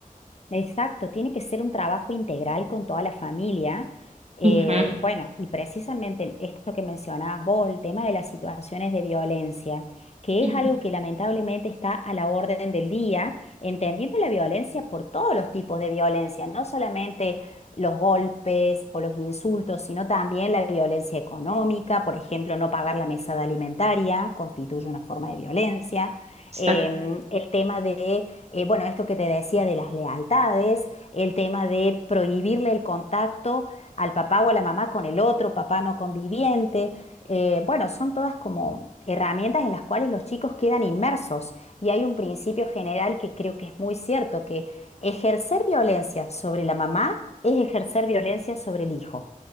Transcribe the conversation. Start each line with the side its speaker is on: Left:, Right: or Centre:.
Left: Exacto, tiene que ser un trabajo integral con toda la familia. Eh,
Right: Ujú,
Left: bueno, y precisamente esto que mencionabas vos, el tema de las situaciones de violencia, que
Right: ujú,
Left: es algo que lamentablemente está a la orden del día, entendiendo la violencia por todos los tipos de violencia, no solamente los golpes o los insultos, sino también la violencia económica, por ejemplo, no pagar la mesada alimentaria constituye una forma de violencia.
Right: exacto.
Left: Em, el tema de eh, bueno, esto que te decía de las lealtades, el tema de prohibirle el contacto al papá o a la mamá con el otro papá no conviviente. Eh, bueno, son todas como herramientas en las cuales los chicos quedan inmersos y hay un principio general que creo que es muy cierto, que ejercer violencia sobre la mamá es ejercer violencia sobre el hijo,